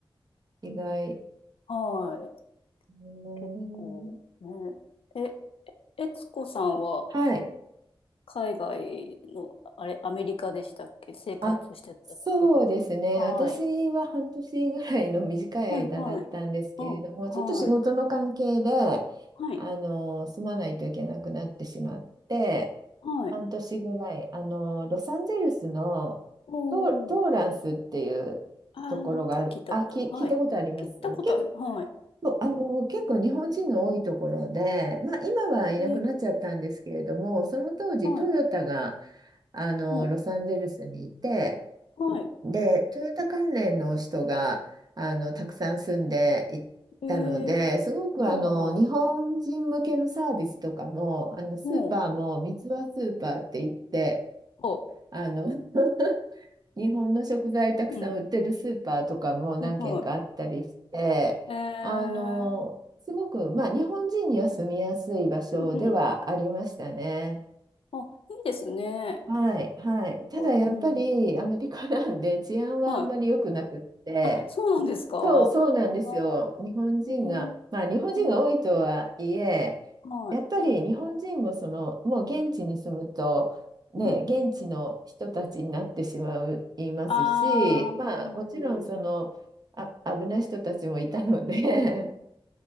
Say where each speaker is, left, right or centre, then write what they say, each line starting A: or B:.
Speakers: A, on the right; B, on the left.
A: 意外。
B: はい。
A: うん、
B: 結構ね。え、えつこさんは
A: はい。
B: 海外の、あれ、アメリカでしたっけ生活してたことが。
A: あ、そうですね。
B: はい。
A: 私は半年ぐらいの短い間だったんですけれども、
B: はい、はい。うん、はい。
A: ちょっと仕事の関係で、
B: はい、
A: あの、住まないといけなくなってしまって、
B: はい。
A: 半年ぐらい、あの、ロサンゼルスのトー、
B: おー。
A: トーランスっていうところがある。
B: ああ、なんか聞いたことある。
A: あ、き、聞いたことあります結
B: はい。聞いたことある。はい。
A: そうあの結構日本人の多いところで、まあ、今はいなくなっちゃったんですけれどもその当時トヨタが
B: えー、はい。
A: あのロサンゼルスにいて
B: もう、はい。
A: でトヨタ関連の人があのたくさん住んでいたのですごくあの日本人向けのサービスとかもあのスーパーも三ツ輪スーパーって言って
B: えー、はい、はい。もう、あ、
A: あの <laughs> 日本の食材たくさん売ってるスーパーとかも何軒かあったりして、
B: うん。はい、はい。えー、
A: あの、すごく、まあ、日本人には住みやすい場所ではありましたね。
B: うん、うん。あ、いいですね。
A: はい、はい。ただやっぱりアメリカなんで治安はあんまり良くなくって、
B: こううん。はい。あ、そうなんですか <laughs>
A: そう、そうなんですよ。
B: ああ
A: 日本人が、
B: えー、
A: まあ日本人が多いとはいえ、
B: うん、はい。
A: やっぱり日本人もその、もう現地に住むと、ね、
B: うん。
A: 現地の人たちになってしまう、いますし、
B: ああ、はい
A: まあもちろんその、あ、危ない人たちもいたので、